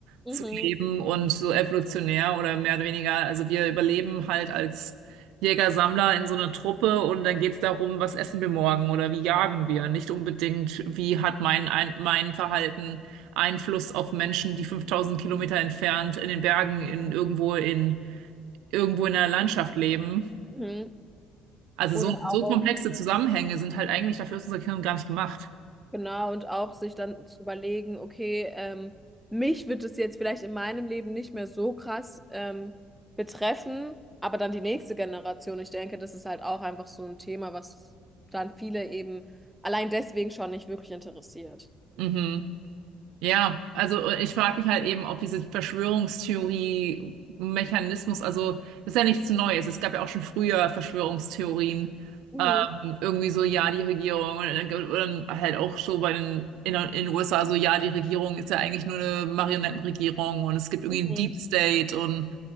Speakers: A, in the centre; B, on the right (about 80°).
A: mhm.
B: zu leben und so evolutionär oder mehr oder weniger. Also wir überleben halt als Jäger-Sammler in so einer Truppe und dann geht's darum, was essen wir morgen oder wie jagen wir. Nicht unbedingt, wie hat mein, ein, mein Verhalten Einfluss auf Menschen, die 5000 Kilometer entfernt in den Bergen, in irgendwo in irgendwo in der Landschaft leben.
A: Mhm.
B: Also
A: Oder
B: so, so
A: auch.
B: komplexe Zusammenhänge sind halt eigentlich dafür ist unser Gehirn gar nicht gemacht.
A: Genau, und auch sich dann zu überlegen, okay, ähm, mich wird es jetzt vielleicht in meinem Leben nicht mehr so krass ähm, betreffen, aber dann die nächste Generation. Ich denke, das ist halt auch einfach so ein Thema, was dann viele eben allein deswegen schon nicht wirklich interessiert.
B: Mhm. Ja, also äh, ich frage mich halt eben, ob diese Verschwörungstheorie-Mechanismus, also das ist ja nichts Neues. Es gab ja auch schon früher Verschwörungstheorien,
A: Mhm.
B: ähm, irgendwie so, ja, die Regierung, und dann- oder halt auch so bei den in, in den USA, so, ja, die Regierung ist ja eigentlich nur eine Marionettenregierung und es gibt irgendwie
A: Mhm.
B: einen Deep State und